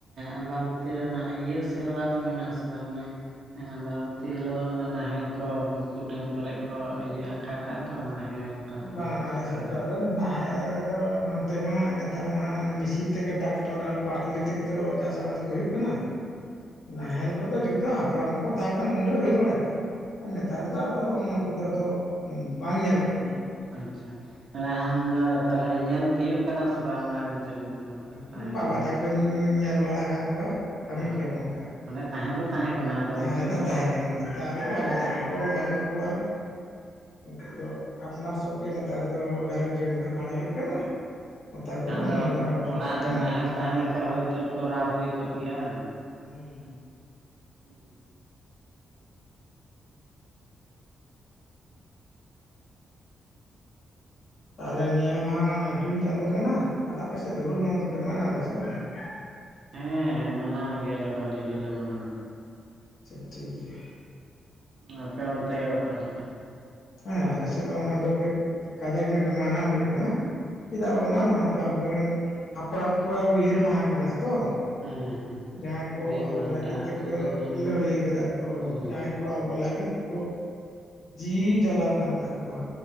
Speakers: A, on the right (about 60°); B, on the left (about 60°).
A: ᱟᱢᱵᱟᱵᱚᱛᱤ ᱨᱮ ᱚᱱᱟ ᱤᱭᱟᱹ ᱥᱮᱨᱶᱟ ᱫᱚ ᱢᱮᱱᱟᱜ ᱟᱥᱮ ᱵᱟᱝ ᱚᱱᱮ <unintelligible> ᱟᱢᱵᱟᱵᱚᱛᱤ ᱚᱵᱚᱵᱟᱹᱛᱤ ᱦᱤᱞᱚᱜ ᱚᱱᱟ ᱱᱟᱦᱮᱞ ᱠᱚ ᱠᱩᱰᱟᱹᱢ ᱠᱚᱨᱮᱜ ᱠᱚ ᱤᱭᱟᱹ ᱟᱠᱟ ᱠᱟᱫ ᱫᱚ᱾ <unintelligible> ᱛᱟᱯᱚᱨ
B: ᱵᱟ ᱟᱞᱮ
A: ᱟᱲᱟᱨ
B: ᱥᱮᱫ ᱫᱚ ᱟᱫᱚ᱾ <unintelligible> ᱟᱫᱚ ᱱᱚᱱᱛᱮ ᱢᱟ ᱱᱮᱛᱟᱨ ᱢᱟ ᱦᱟᱜ ᱢᱮᱥᱤᱱ ᱛᱮᱜᱮ ᱴᱟᱠ᱾ <unintelligible> ᱨᱟᱴ ᱯᱟᱴ <unintelligible> ᱛᱚ ᱨᱟᱛᱯᱟᱛᱴᱞᱮ
A: ᱟᱪᱪᱷᱟ
B: ᱛᱮᱜᱮ ᱛᱚ
A: ᱦᱮᱸ
B: ᱪᱟᱥ ᱟᱵᱟᱫ ᱠᱚ ᱦᱩᱭᱩᱜ ᱠᱟᱱᱟ ᱱᱟᱦᱮᱞ ᱠᱚᱫᱚ ᱡᱚᱛᱚ᱾ ᱦᱟᱯᱲᱟᱢ ᱠᱚᱠᱚ ᱛᱟᱦᱮᱸ ᱠᱟᱱᱟ ᱩᱱᱨᱮ ᱦᱩᱭ ᱵᱟᱲᱟ ᱠᱚᱜᱼᱟ, ᱟᱨ ᱱᱮᱛᱟᱨ ᱫᱚ ᱟᱫᱚ ᱚᱱᱟ ᱠᱚᱫᱚ ᱟᱫᱚ ᱵᱟᱝ ᱧᱮᱞᱚᱜ ᱠᱟᱱᱟ ᱾
A: ᱟᱪᱷᱟ <unintelligible> ᱟᱢᱫᱚ ᱛᱟᱦᱞᱮ ᱧᱮᱞ ᱛᱤᱭᱩᱜ ᱠᱟᱫᱟᱢ ᱥᱮ ᱵᱟᱝ ᱚᱱᱟ ᱟᱹᱨᱤᱪᱟᱹᱞᱤ ᱫᱚ ᱛᱟᱦᱮᱸ
B: ᱦᱮᱸ ᱵᱟᱵᱟ
A: ᱠᱟᱱᱟ ᱢᱮᱱᱛᱮ
B: ᱛᱮᱠᱚᱧ ᱧᱮᱞ ᱵᱟᱲᱟ ᱦᱟᱠᱟᱫ ᱠᱚᱣᱟ ᱠᱟᱹᱢᱤ
A: ᱚ
B: ᱠᱮᱭᱟ ᱠᱚ ᱚᱱᱠᱟ
A: ᱢᱟᱱᱮ ᱛᱟᱦᱮᱸ ᱫᱚ ᱛᱟᱦᱮᱸ ᱠᱟᱱᱟ ᱟᱫᱚ
B: ᱛᱟᱦᱮᱸ
A: ᱱᱤᱛᱚᱜ
B: ᱫᱚ ᱛᱟᱦᱮᱸ ᱠᱟᱱᱟ ᱱᱮᱛᱟᱨ ᱫᱚ ᱵᱟᱵᱟ
A: ᱤᱭᱟᱹ
B: ᱛᱮᱠᱚ
A: ᱦᱮᱸ
B: ᱠᱚ ᱵᱟᱹᱱᱩᱜ ᱠᱚᱣᱟ᱾ ᱱᱤᱛᱚᱜ ᱫᱚ ᱟᱯᱱᱟᱨ ᱦᱤᱥᱟᱹᱵᱽ ᱜᱮ ᱱᱮᱛᱟᱨ ᱫᱚ ᱜᱷᱟᱨᱚᱸᱡᱽ ᱡᱤᱭᱚᱱ ᱠᱷᱟᱸᱰᱟᱣ ᱦᱩᱭᱩᱜ ᱠᱟᱱᱟ᱾ ᱱᱮᱛᱟᱨ ᱠᱚᱫᱚ
A: ᱟᱫᱚ
B: ᱚᱱᱟ ᱫᱚ ᱦᱟᱹᱯᱤᱫ
A: ᱚᱲᱟᱜ
B: ᱟᱠᱟᱱᱟ
A: ᱨᱮ ᱱᱟᱦᱮᱞ
B: ᱟᱨᱠᱤ
A: ᱛᱟᱦᱮᱸ ᱞᱮᱱᱠᱷᱟᱱ ᱦᱚᱭᱛᱚ ᱠᱚᱨᱟᱣ ᱦᱩᱭ ᱠᱚᱜ ᱜᱮᱭᱟ ᱵᱟᱝ
B: ᱦᱮᱸᱻ
A: ᱦᱮᱸᱻ
B: ᱛᱟᱦᱚᱞᱮ ᱱᱤᱭᱟᱹ ᱢᱟᱦᱟ ᱡᱩᱱ ᱪᱟᱸᱫᱚ ᱠᱟᱱᱟ ᱛᱟᱦᱞᱮ ᱟᱯᱮᱥᱮᱫ ᱫᱚ ᱦᱩᱞ ᱢᱟᱦᱟ ᱫᱚᱯᱮ ᱢᱟᱱᱟᱣ? ᱥᱮ ᱵᱟᱝᱟ ᱾
A: ᱦᱮᱸ ᱢᱟᱱᱟᱣ ᱜᱮᱭᱟᱞᱮ ᱵᱷᱟᱹᱞᱤ ᱜᱮᱞᱮ ᱢᱟᱱᱟᱣ-ᱟ᱾
B: <unintelligible> ᱡᱚᱵ ᱴᱷᱤᱠ ᱜᱮᱭᱟ᱾
A: ᱟᱯᱮ ᱚᱱᱛᱮ ᱚᱠᱟ ᱞᱮᱠᱟ?
B: ᱦᱮᱸ ᱟᱞᱮᱥᱮᱫ ᱫᱚ ᱚᱱᱟ ᱫᱚ ᱠᱟᱹᱡ ᱠᱟᱡᱟᱠ ᱧᱚᱜ ᱜᱮ ᱢᱟᱜᱱᱟᱣ ᱦᱩᱭᱩᱜ ᱠᱟᱱᱟ᱾
A: ᱦᱮᱸ
B: ᱪᱮᱫᱟᱜ ᱵᱟᱝᱢᱟ ᱱᱚᱣᱟ ᱫᱚ ᱟᱵᱚᱨᱮᱱ ᱦᱟᱯᱲᱟᱢ ᱠᱚᱣᱟᱜ ᱩᱭᱦᱟᱹᱨ ᱢᱟᱦᱟ ᱠᱟᱱᱟ ᱛᱚ᱾
A: ᱦᱮᱸ
B: ᱡᱟᱦᱟᱸᱭ ᱠᱚ
A: ᱵᱤᱨ ᱵᱟᱱᱴᱟ
B: ᱟᱵᱚ ᱞᱟᱹᱜᱤᱫ ᱛᱮᱠᱚ
A: ᱥᱤᱫᱩ ᱠᱟᱹᱱᱩ
B: ᱞᱟᱹᱲᱦᱟᱹᱭ ᱠᱟᱫᱟ ᱠᱚ
A: ᱦᱮᱸ
B: ᱡᱟᱦᱟᱸᱭ ᱠᱚ ᱟᱵᱚ ᱞᱟᱹᱜᱤᱫ ᱡᱤᱭᱤ ᱠᱚ ᱟᱞᱟᱭ ᱠᱮᱫᱟ ᱾ ᱡᱤᱣᱤ
A: ᱦᱮᱸ
B: ᱪᱟᱞᱟᱣ ᱟᱠᱟᱱ ᱛᱟᱠᱚᱣᱟ